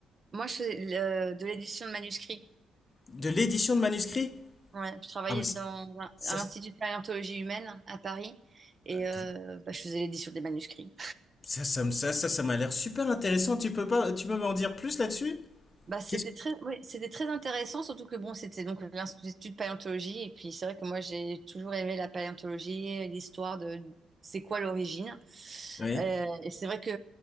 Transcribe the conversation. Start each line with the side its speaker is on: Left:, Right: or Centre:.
Right: Moi, je fais le- de l'édition de manuscrits.
Left: De l'édition de manuscrits?
Right: Ouais, je travaillais
Left: Ah, mais ça,
Right: dans un-
Left: ça,
Right: à l'Institut
Left: c-
Right: de paléontologie humaine à Paris et
Left: ok.
Right: euh, bah, je faisais l'édition des manuscrits.
Left: ça, ça, me- ça, ça, ça m'a l'air super intéressant. Tu peux pas, tu peux m'en dire plus là-dessus?
Right: Bah, c'était
Left: Qu'est-ce que...
Right: très, ouais, c'était très intéressant, surtout que bon, c'était donc l'Institut de paléontologie. Et puis, c'est vrai que moi, j'ai toujours aimé la paléontologie, l'histoire de c'est quoi l'origine.
Left: Oui,
Right: Euh, et c'est vrai que